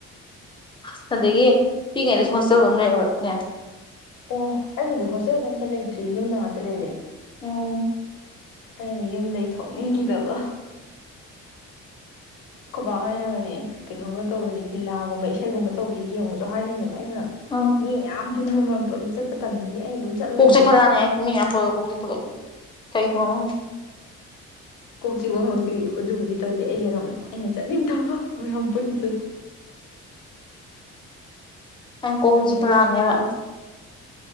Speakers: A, on the left (about 15°); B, on the left (about 85°).
A: ꯍꯁ ꯑꯗꯒꯤ ꯄꯤꯏꯉꯩꯗꯁꯨ ꯍꯣꯁꯇꯦꯜꯗꯥ ꯑꯗꯨꯝ ꯂꯩꯔꯕꯩ ꯅꯦ
B: ꯑꯣ ꯑꯩꯕꯨꯗꯤ ꯍꯣꯁꯇꯦꯜꯗꯥ ꯑꯝꯇꯥ ꯂꯩꯇ꯭ꯔꯤ ꯌꯨꯝꯗꯥ ꯉꯥꯛꯇꯥ ꯂꯩꯔꯦ
A: ꯑꯣ
B: ꯑꯩꯅ ꯌꯨꯝꯗꯩ ꯊꯣꯛꯅꯤꯡꯗꯕ ꯈꯣꯕꯥ ꯍꯣꯏꯅꯒꯥꯅꯦ ꯀꯩꯅꯣꯒꯥ ꯇꯧꯕꯖꯦ ꯂꯤꯂꯥꯒꯨꯝꯕ ꯏꯁꯩꯒꯨꯝꯕ ꯇꯧꯕꯖꯤ ꯌꯦꯡꯉꯨꯆꯣ ꯍꯥꯏꯗꯣꯏꯅꯦꯕ ꯑꯩꯅ
A: ꯑꯪ
B: ꯃꯤ ꯃꯌꯥꯝ ꯄꯨꯟꯕ ꯃꯔꯛꯇꯣ ꯑꯗꯨ ꯆꯠꯄ ꯇꯟꯕꯒꯤ ꯑꯩ ꯑꯗꯨꯝ ꯆꯠꯂꯣꯏꯗꯣꯏꯅꯦ
A: ꯀꯣꯛ ꯆꯤꯛꯈꯠ ꯂꯛꯑꯥꯅꯤ ꯑꯩ ꯃꯤ ꯃꯌꯥꯝ ꯄꯨꯟꯂꯥ ꯀꯣꯛ ꯆꯤꯛꯈꯠꯂꯦ ꯀꯩꯒꯤꯅꯣ ꯈꯪꯗꯦ
B: ꯆꯤꯛꯄ ꯃꯛꯇꯤ ꯑꯗꯨꯕꯨꯗꯤ ꯇꯧꯗꯦ ꯑꯩꯒꯤꯅ ꯑꯩꯅ ꯆꯠꯅꯤꯡꯗꯕ ꯃꯌꯥꯝ ꯄꯨꯟꯕꯗꯨꯗ
A: ꯑꯩꯟ ꯀꯣꯛꯁꯤ
B: ꯑꯗꯨꯅ
A: ꯆꯤꯛꯈꯠ ꯂꯛꯑꯅꯤꯕ